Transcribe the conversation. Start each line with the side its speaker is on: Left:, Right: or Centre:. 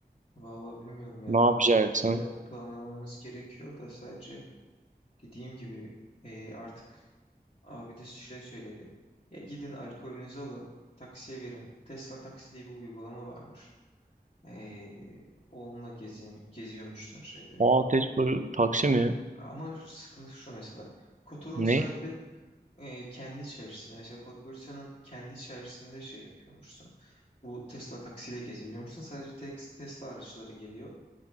Left: vallahi bilmiyorum ya
Right: Ne yapacaksın?
Left: kanka bir şeyler planlamamız gerekiyor da sadece dediğim gibi e, artık abi de şey söyledi. Ya gidin alkolünüzü alın, taksiye verin. Tesla Taksi diye bir uygulama varmış. E, onunla gezi geziyormuşsun şeyde.
Right: Aa Tesla taksi mi?
Left: Ama sıkıntı şu mesela. Kotor'un
Right: Ne?
Left: sahibi e, kendi içerisinde mesela Podgorica'nın kendi içerisinde şey yapıyormuşsun. Bu Tesla taksiyle gezebiliyormuşsun. Sadece tek Tesla araçları geliyor.